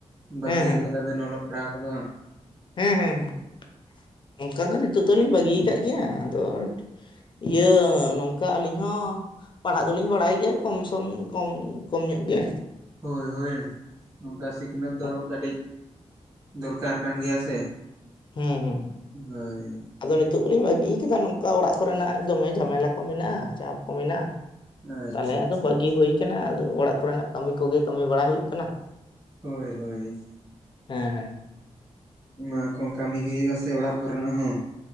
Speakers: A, on the right; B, on the left.
A: ᱵᱟᱹᱜᱤ
B: ᱦᱮᱸ ᱦᱮᱸ
A: ᱠᱟᱫᱟ ᱵᱤᱱ ᱚᱞᱚᱜ ᱯᱟᱲᱦᱟᱣ ᱠᱚᱫᱚ ᱦᱟᱸᱜ
B: ᱦᱮᱸ ᱦᱮᱸ ᱦᱮᱸ ᱚᱝᱠᱟ ᱫᱚ ᱱᱤᱛᱳ ᱫᱚᱞᱤᱧ ᱵᱟᱹᱜᱤᱭᱟ ᱠᱟᱫ ᱜᱮᱭᱟ ᱟᱫᱚ ᱤᱭᱟᱹ ᱱᱚᱝᱠᱟ ᱟᱹᱞᱤᱧ ᱦᱚᱸ ᱯᱟᱲᱦᱟᱜ ᱫᱚᱞᱤᱧ ᱵᱟᱲᱟᱭ ᱜᱮᱭᱟ ᱠᱚᱢᱥᱚᱢ ᱠᱚᱢ ᱠᱚᱢ ᱧᱚᱜ ᱜᱮ
A: ᱦᱳᱭ ᱦᱳᱭ ᱱᱚᱝᱠᱟ ᱥᱤᱠᱷᱱᱟᱹᱛ ᱫᱚ
B: ᱦᱮᱸ,
A: ᱠᱟᱹᱴᱤᱡ ᱫᱚᱨᱠᱟᱨ ᱠᱟᱱ ᱜᱮᱭᱟ ᱥᱮ
B: ᱦᱩᱸ ᱦᱩᱸ
A: ᱦᱳᱭ
B: ᱟᱫᱚ ᱱᱤᱛᱳᱜ ᱫᱚᱞᱤᱧ ᱵᱟᱹᱜᱤ ᱠᱟᱫᱟ ᱱᱚᱝᱠᱟ ᱚᱲᱟᱜ ᱠᱚᱨᱮᱱᱟᱜ ᱫᱚᱢᱮ ᱡᱷᱟᱢᱮᱞᱟ ᱠᱚ ᱢᱮᱱᱟᱜᱼᱟ ᱪᱟᱯ ᱠᱚ ᱢᱮᱱᱟᱜᱼᱟ
A: ᱟᱪᱪᱷᱟ
B: ᱛᱟᱞᱦᱮ
A: ᱟᱪᱪᱷᱟ
B: ᱟᱫᱚ ᱵᱟᱹᱜᱤ
A: ᱟᱪᱪᱷᱟ
B: ᱦᱩᱭ ᱠᱟᱱᱟ ᱟᱫᱚ ᱚᱲᱟᱜ ᱠᱚᱨᱮᱱᱟᱜ ᱠᱟᱹᱢᱤ ᱠᱚᱜᱮ ᱠᱟᱹᱢᱤ ᱵᱟᱲᱟ ᱦᱩᱭᱩᱜ ᱠᱟᱱᱟ
A: ᱦᱳᱭ ᱦᱳᱭ
B: ᱦᱮᱸ ᱦᱮᱸ
A: ᱚᱱᱟ ᱠᱚ ᱠᱟᱹᱢᱤ ᱜᱮ ᱦᱩᱭᱩᱜᱼᱟ ᱥᱮ ᱚᱲᱟᱜ ᱠᱚᱨᱮᱱᱟᱜ ᱦᱚᱸ